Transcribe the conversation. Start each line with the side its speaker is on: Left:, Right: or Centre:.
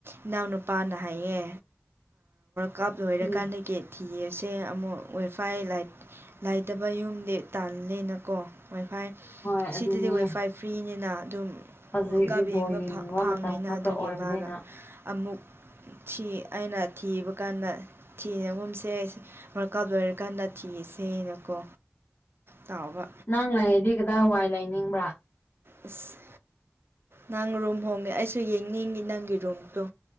Right: ꯏꯅꯥꯎꯅꯨꯄꯥꯅ ꯍꯥꯏꯌꯦ ꯀꯥꯞ ꯂꯣꯏꯔꯀꯥꯟꯗꯒꯤ
Left: ꯍꯣꯡꯗ꯭ꯔꯤ
Right: ꯊꯤꯔꯁꯦ ꯑꯃꯨꯛ ꯋꯥꯏꯐꯥꯏ ꯂꯥꯏ ꯂꯥꯏꯇꯕ ꯌꯨꯝꯗꯤ ꯇꯥꯜꯂꯦꯅꯀꯣ ꯋꯥꯏ ꯐꯥꯏ
Left: ꯍꯣꯏ ꯑꯗꯨꯅꯦ
Right: ꯁꯤꯗꯗꯤ ꯋꯥꯏ ꯐꯥꯏ ꯐ꯭ꯔꯤꯅꯤꯅ ꯑꯗꯨꯝ
Left: ꯍꯧꯖꯤꯛꯇꯤ
Right: ꯋꯥꯔꯜ ꯀꯞ ꯌꯦꯡꯕ
Left: ꯕꯣꯜ ꯌꯦꯡꯅꯤꯡꯕ
Right: ꯐꯪꯉꯦꯅ
Left: ꯃꯇꯝ ꯈꯛꯇ
Right: ꯑꯗꯨꯒꯤ
Left: ꯑꯣꯏꯕꯅꯤꯅ
Right: ꯃꯥꯅ ꯑꯃꯨꯛ ꯁꯤ ꯑꯩꯅ ꯊꯤꯕ ꯀꯥꯟꯗ ꯊꯤꯔꯒꯨꯝꯁꯦ ꯋꯥꯔꯀꯞ ꯂꯣꯏꯔꯀꯥꯟꯗ ꯊꯤꯔꯁꯦꯅꯀꯣ ꯇꯥꯎꯕ
Left: ꯅꯪ ꯂꯩꯔꯗꯤ ꯀꯗꯥꯏ ꯋꯥꯏ ꯂꯩꯅꯤꯡꯕ꯭ꯔꯥ
Right: ꯑꯁ ꯅꯪ ꯔꯨꯝ ꯍꯣꯡꯉꯦ ꯑꯩꯁꯨ ꯌꯦꯡꯅꯤꯡꯏ ꯅꯪꯒꯤ ꯔꯨꯝꯗꯣ